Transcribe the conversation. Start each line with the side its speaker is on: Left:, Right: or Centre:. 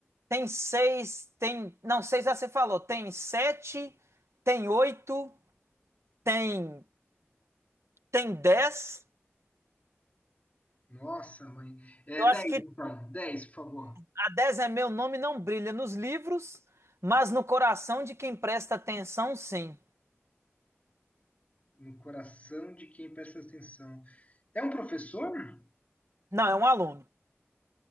Right: tem seis, tem. Não, seis já você falou. Tem sete, tem oito, tem, tem dez.
Left: Nossa, mãe. É
Right: Eu acho
Left: 10,
Right: que
Left: então. dez por favor.
Right: A 10 é meu nome, não brilha nos livros, mas no coração de quem presta atenção, sim.
Left: No coração de quem presta atenção. É um professor?
Right: Não, é um aluno,